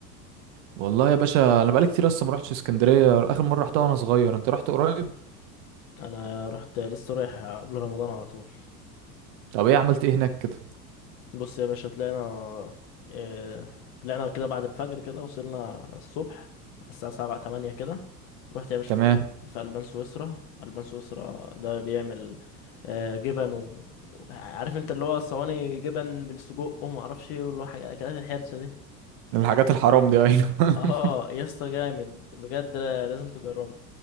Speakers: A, on the right (about 50°); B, on the left (about 50°).
A: والله يا باشا أنا بقالي كتير لسه ما روحتش اسكندرية آخر مرة رحتها وأنا صغير أنت رحت قريب
B: انا رحت لسه رايح قبل رمضان على طول
A: طب إيه عملت إيه هناك كده
B: بص يا باشا طلعنا إيه... طلعنا كده بعد الفجر كده وصلنا على الصبح على الساعه 7 8 كده رحت يا باشا
A: تمام
B: فطرت في البان سويسرا البان سويسرا ده بيعمل آه، جبن و... و- عارف انت اللي هو الصواني جبن بالسجق وما اعرفش ايه واللي هو حاجه اكلات الحرشه دي
A: الحاجات الحرام دي أيوة
B: اه
A: <laughs>
B: يا اسطى جامد بجد لا- لازم تجربه